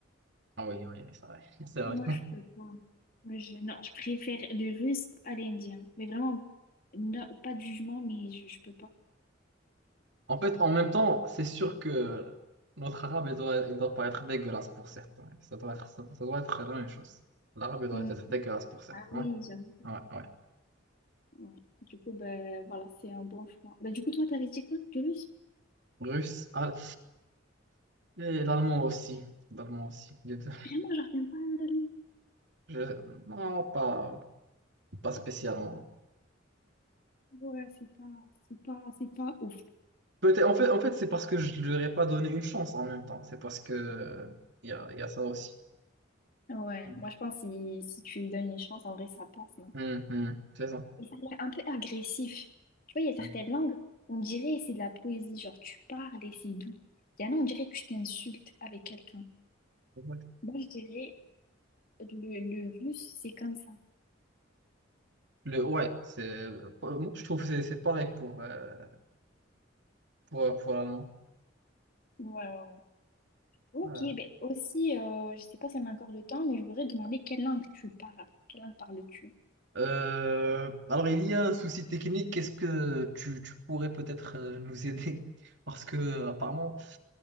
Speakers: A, on the right (about 60°); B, on the left (about 45°).
A: Ah oui, oui, c'est vrai, <laughs> c'est vrai.
B: Moi, je peux pas. Moi, je... Non, je préfère le russe à l'indien. Mais vraiment, no- pas de jugement, mais je, je peux pas.
A: En fait, en même temps, c'est sûr que notre arabe, il doit, il doit paraître dégueulasse pour certains. Ça doit être, ça, doit ça doit être la même chose. L'arabe, elle doit
B: Hmm.
A: être dégueulasse pour certains.
B: Ah oui, j'avoue.
A: Ouais, ouais, ouais.
B: Ouais. Du coup, ben voilà, c'est un bon choix. Ben, du coup, toi, t'avais dit quoi, le russe?
A: Russe, al- et l'allemand aussi. L'allemand aussi. Les deux.
B: Vraiment, je retiens pas l'allemand.
A: Je- Non, pas, pas spécialement.
B: Ouais, c'est pas, c'est pas, c'est pas ouf.
A: Peut-être, en fait, en fait c'est parce que je ne leur ai pas donné une chance en même temps. C'est parce que euh, il y a, il y a ça aussi.
B: Ouais,
A: Hum,
B: moi, je pense que si, si tu lui donnes une chance, en vrai, ça passe, non?
A: hum, hum, c'est ça.
B: Et ça a l'air un peu agressif. Tu vois, il y a certaines
A: Hum.
B: langues, on dirait c'est de la poésie, genre tu parles et c'est doux. Il y en a, on dirait que tu t'insultes avec quelqu'un.
A: C'est
B: Moi, je dirais le, le russe, c'est comme ça.
A: Le, ouais, c'est, moi, je trouve que c'est c'est pareil pour, euh, pour, pour l'allemand.
B: Ouais, ouais, ouais. Ok,
A: Voilà.
B: ben aussi, euh, je sais pas si on a encore le temps, mais je voudrais demander quelle langue tu parles. Quelle langue parles-tu?
A: Euh, alors, il y a un souci technique. Est-ce que tu, tu pourrais peut-être euh, nous aider? <laughs> Parce que, euh, apparemment,